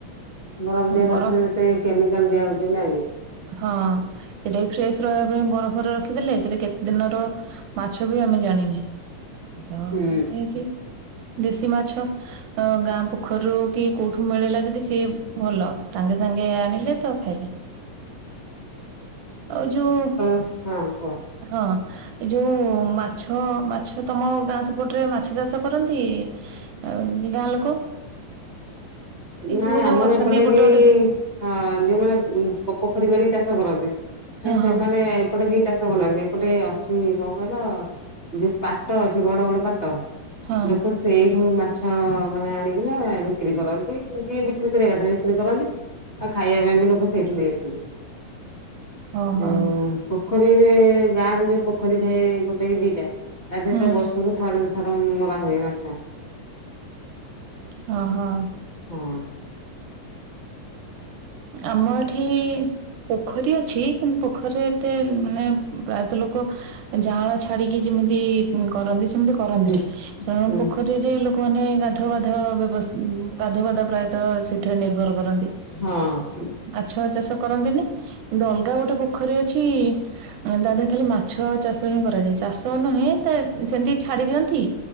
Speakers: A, on the left (about 80°); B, on the right (about 75°).
A: ବରମ ଦିଆ
B: ବରଫ
A: ମାଛରେ ଯେତେ କେମିକାଲ୍ ଦିଆ ହଉଛି ନାଇଁ କି
B: ହଁ ସେଟା ବି ଫ୍ରେଶ୍ ରହିବା ପାଇଁ ବରଫରେ ରଖିଦେଲେ ସେଟା କେ ଦିନର ମାଛ ବି ଆମେ ଜାଣିନି ତ
A: ହୁଁ
B: ଏଁତି। ଦେଶୀ ମାଛ ତ ଗାଁ ପୋଖରୀରୁ କି କୋଉଠୁ ମିଳିଲା ଯଦି ସିଏ ଭଲ ସାଙ୍ଗେ ସାଙ୍ଗେ ଆଣିଲେ ତ ଖାଇଲେ।
A: ହ
B: ଆଉ ଯୋଉ
A: ହୁଁ ହଁ କୁହ।
B: ହଁ। ଏଇ ଯୋଉ ମାଛ ମାଛ ତମ ଗାଁ ସେପଟରେ ମାଛ ଚାଷ କରନ୍ତି। ଆଉ ଗାଁ ଲୋକ। ଏଇ
A: ନାଇଁ
B: ସବୁ
A: ଆମର
B: ଯୋଉ ଅଛନ୍ତି
A: ଏପଟେ
B: ଗୋଟେ
A: କେହି
B: ଗୋଟେ
A: ହଁ ଯୋଉମାନେ ପୋଖରୀ କରିକି ଚାଷ କରନ୍ତି
B: ହଁ
A: ସେମାନେ
B: ହଁ
A: ଏପଟେ କେହି ଚାଷ କରୁନାହାନ୍ତି ଏପଟେ ଅଛି କ କହିଲ ଯୋଉ ପାଟ ଅଛି ବଡ଼ ବଡ଼ ପାଟ।
B: ହଁ
A: ଲୋକ ସେଇଠୁ ମାଛ ମାନେ ଆଣିକିନା ବିକ୍ରି କରନ୍ତି। ବିକ୍ରି କରିବା କଥା ବିକ୍ରି କରନ୍ତି ଆଉ ଖାଇବା ପାଇଁ ବି ଲୋକ ସେଇଠୁ ନେଇ ଆସନ୍ତି।
B: ହଁ ହଁ
A: ଅଁ ପୋଖରୀରେ ଗାଁ ର ଯୋଉ ପୋଖରୀ ଥାଏ ଗୋଟେ କି ଦିଟା ତା ଠି
B: ହୁଁ
A: ତ ବର୍ଷୁକୁ ଥରେ ଦି ଥର ମରା ହୁଏ ମାଛ।
B: ହଁ ହଁ।
A: ହଁ।
B: ଆମ ଏଠି ପୋଖରୀ ଅଛି କିନ୍ତୁ ପୋଖରୀ ରେ ଏତେ ମାନେ ପ୍ରାୟତଃ ଲୋକ ଯାଆଁଳ ଛାଡିକି ଯେମିତି କରନ୍ତି ସେମିତି କରନ୍ତିନି
A: ହୁଁ
B: କାରଣ
A: ହୁଁ
B: ପୋଖ ରି ରେ ଲୋକମାନେ ଗାଧ ବାଧ ବ୍ୟବସ୍ ଗାଧା ବାଧା ପ୍ରାୟତଃ ସେଥିରେ ନିର୍ଭର କରନ୍ତି।
A: ହଁ
B: ମାଛଆ ଚାଷ କରନ୍ତି ନି କିନ୍ତୁ ଅଲଗା ଗୋଟେ ପୋଖରୀ ଅଛି ତା ଧେ ରେ ଖାଲି ମାଛ ଚାଷ ହିଁ କରାଯାଏ ଚାଷ ନୁହେଁ ତ ସେମିତି ଛାଡି ଦିଅନ୍ତି